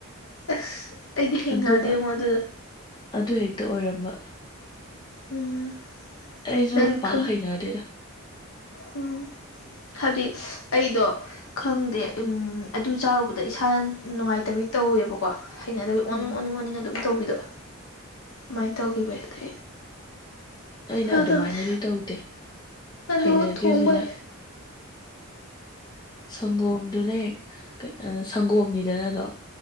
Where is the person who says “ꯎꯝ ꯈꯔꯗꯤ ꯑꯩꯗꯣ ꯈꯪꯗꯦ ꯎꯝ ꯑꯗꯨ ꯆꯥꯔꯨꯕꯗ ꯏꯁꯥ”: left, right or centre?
Left